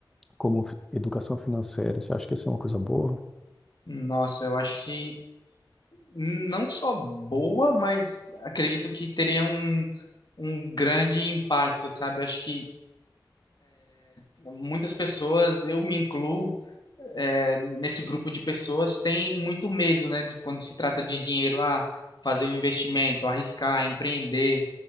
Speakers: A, in the centre; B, on the left.
A: como fi- educação financeira? Você acha que isso é uma coisa boa?
B: Nossa, eu acho que não só boa, mas acredito que teria um, um grande impacto, sabe? Eu Acho que muitas pessoas, eu me incluo, é, nesse grupo de pessoas, têm muito medo, né, de quando se trata de dinheiro, ah, fazer um investimento, arriscar, empreender.